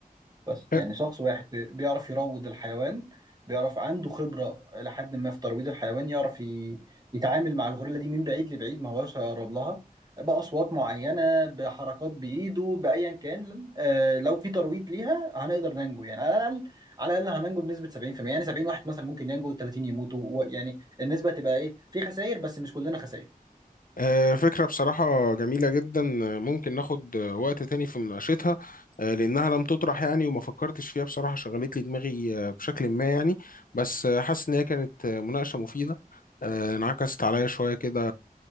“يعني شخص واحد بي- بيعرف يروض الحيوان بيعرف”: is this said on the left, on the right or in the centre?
Right